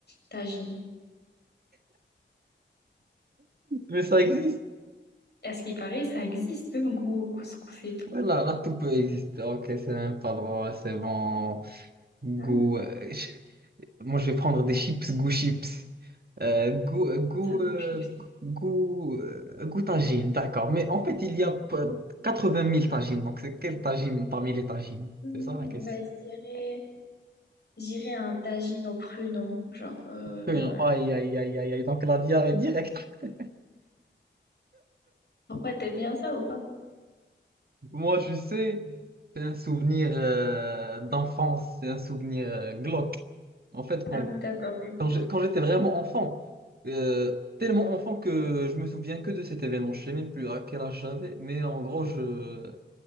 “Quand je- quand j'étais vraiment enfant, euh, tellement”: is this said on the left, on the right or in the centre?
Right